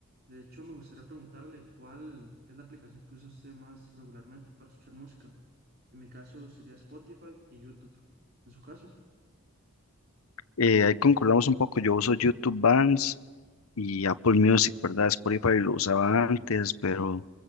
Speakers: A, on the right (about 45°); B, on the left (about 75°).
A: De hecho, me gustaría preguntarle cuál es la aplicación que usa usted más regularmente para escuchar música. En mi caso sería Spotify y YouTube. En su caso.
B: Eh, ahí concordamos un poco, yo uso YouTube Bands y Apple Music, ¿verdad? Spotify lo usaba antes, pero...